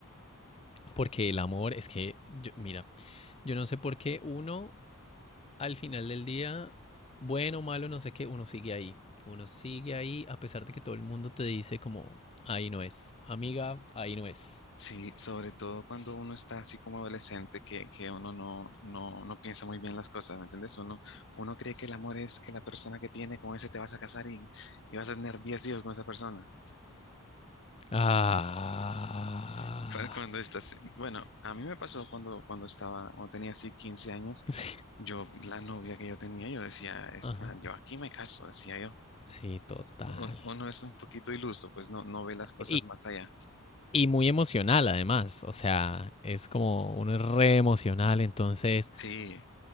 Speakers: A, on the left; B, on the left.
A: Porque el amor es que, yo- mira, yo no sé por qué uno al final del día, bueno, malo, no sé qué, uno sigue ahí. Uno sigue ahí a pesar de que todo el mundo te dice como, ahí no es. Amiga, ahí no es.
B: Sí, sobre todo cuando uno está así como adolescente, que, que uno no, no, no piensa muy bien las cosas, ¿me entiendes? Uno, uno cree que el amor es que la persona que tiene con ese te vas a casar y, y vas a tener 10 hijos con esa persona.
A: Ah.
B: <laughs> Cu- Cuando,
A: <laughs>
B: estás, bueno, a mí me pasó cuando, cuando estaba, cuando tenía así 15 años,
A: Sí.
B: yo, la novia que yo tenía, yo decía, esta,
A: Ajá.
B: yo aquí me caso, decía yo.
A: Sí, total.
B: Un- Uno es un poquito iluso, pues no, no ve las cosas
A: Y,
B: más allá.
A: y muy emocional además. O sea, es como uno es re emocional, entonces...
B: Sí,